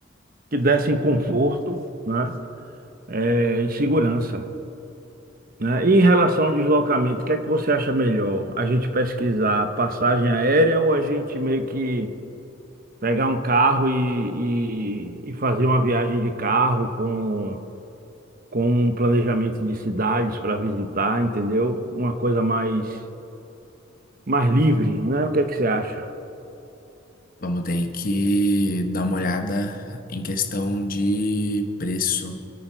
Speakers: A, on the right; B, on the left.
A: que dessem conforto, né? eh, e segurança, né? E em relação ao deslocamento, o que é que você acha melhor? A gente pesquisar passagem aérea ou a gente meio que pegar um carro e, e, e fazer uma viagem de carro com, com um planejamento de cidades para visitar, entendeu? Uma coisa mais, mais livre, né? O que é que você acha?
B: Vamos ter que dar uma olhada em questão de preço.